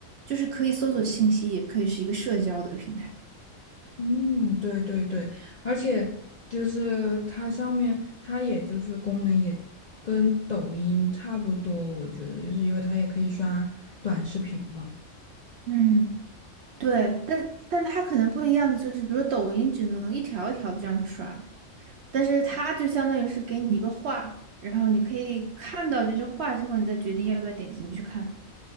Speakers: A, on the right; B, on the left.
A: 就是可以搜索信息，也可以是一个社交的平台。
B: 嗯，对对对，而且就是它上面，它也就是功能也跟抖音差不多，我觉得就是因为它也可以刷短视频嘛。
A: 嗯。对，但但它可能不一样的就是，比如抖音只能一条一条的这样刷，但是它就相当于是给你一个话，然后你可以看到这句话之后，你再决定要不要点进去看。